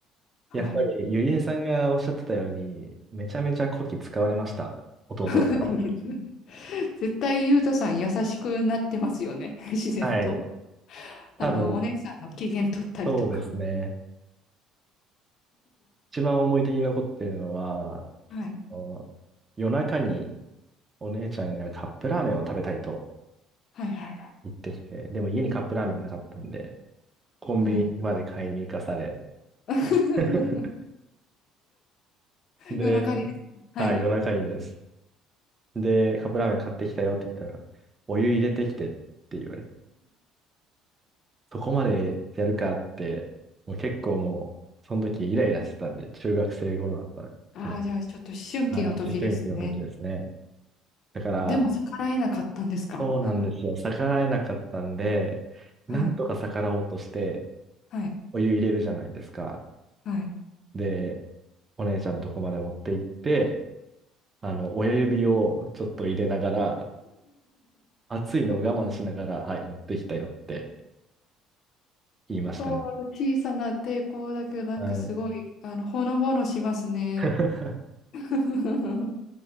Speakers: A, on the left; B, on the right.
A: <laughs>
B: やっぱりゆりえさんがおっしゃってたように、
A: はい。
B: めちゃめちゃこき使われました。弟だか
A: <laughs> ごめんなさい絶対ゆうとさん優しくなってますよね。<laughs> 自然と。
B: ら。はい。多分、
A: あの、お姉さんの機嫌取ったりとか。
B: そうですね。一番思い出に残ってるのは、
A: はい。
B: その夜中にお姉ちゃんがカップラーメンを食べたいと
A: はいはい
B: 言ってきて、でも家にカップラーメンがなかったんで、コンビニまで買いに行かされ、
A: はい。はい。<laughs>
B: <laughs> で、
A: 夜中に。はい。
B: はい、夜中にです。で、カップラーメン買ってきたよって言ったら、お湯入れてきてって言われて、そこまでやるかって、もう結構もう、その時イライラしてたんで、中学生頃だったかな。
A: ああ、じゃあちょっと思春期の時ですね。
B: はい、思春期の時ですね。だから、
A: でも逆らえなかったんですか
B: そうなんですよ。逆らえなかったんで、
A: はい。
B: なんとか逆らおうとして、
A: はい。
B: お湯入れるじゃないですか。
A: はい。
B: で、お姉ちゃんのとこまで持って行って、あの、親指をちょっと入れながら、熱いのを我慢しながら、はい、持ってきたよって言いましたね。
A: おー小さな抵抗だけど、なんかすごい、
B: はい。
A: あの、ほのぼのしますね。
B: <laughs>
A: <laughs>